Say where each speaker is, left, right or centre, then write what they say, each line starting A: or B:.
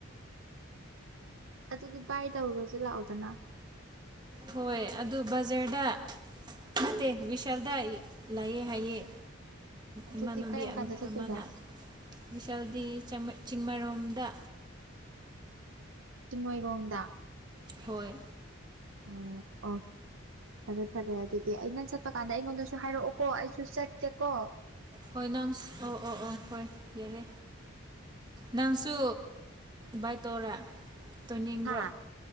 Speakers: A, on the right; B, on the right.
A: ꯑꯗꯨꯗꯤ ꯕꯥꯏꯥꯏ ꯇꯧꯔꯨꯔꯁꯨꯦ ꯂꯥꯛꯑꯣꯗꯅ
B: ꯍꯣꯏ ꯑꯗꯨ ꯕꯖꯔꯗ ꯅꯠꯇꯦ ꯕꯤꯁꯥꯜꯗ ꯂꯥꯏꯑꯦ ꯍꯥꯏꯑꯦ
A: ꯑꯗꯨꯗꯤ
B: ꯏꯃꯥꯟꯅꯨꯕꯤ
A: ꯀꯔꯝ ꯀꯥꯟꯗ ꯆꯠꯇꯣꯏꯕ
B: ꯑꯃꯅ ꯃꯤꯁꯦꯜꯗꯤ ꯆ ꯆꯤꯡꯃꯔꯣꯝꯗ
A: ꯆꯤꯡꯃꯩꯔꯣꯡꯝꯗ
B: ꯍꯣꯏ
A: ꯑ ꯑꯥ ꯐꯔꯦ ꯐꯔꯦ ꯑꯗꯨꯗꯤ ꯑ ꯅꯪ ꯆꯠꯄ ꯀꯥꯟꯗ ꯑꯩꯉꯣꯟꯗꯁꯨ ꯍꯥꯏꯔꯛꯑꯣꯀꯣ ꯑꯩꯁꯨ ꯆꯠꯀꯦꯀꯣ
B: ꯍꯣꯏ ꯅꯪ ꯑꯣ ꯑꯣ ꯑꯣ ꯍꯣꯏ ꯌꯥꯔꯦ ꯅꯪꯁꯨ ꯕꯥꯏꯛ ꯇꯧꯔ ꯇꯣꯏꯅꯤꯡꯕ꯭ꯔꯣ
A: ꯍꯥ